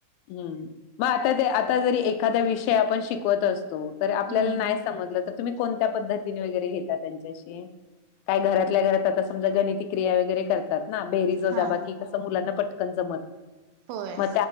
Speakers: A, on the left; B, on the right.
A: हम्म मग आता ते आता जरी एखादा विषय आपण शिकवत असतो बर आपल्याला
B: हम्म
A: नाही समजलं तर तुम्ही कोणत्या पद्धतीने वगरे घेता त्यांच्याशी काय घरातल्याात समजा गणितिक्रिया वगरे करतात ना बेरी प
B: हा
A: ज
B: होय
A: म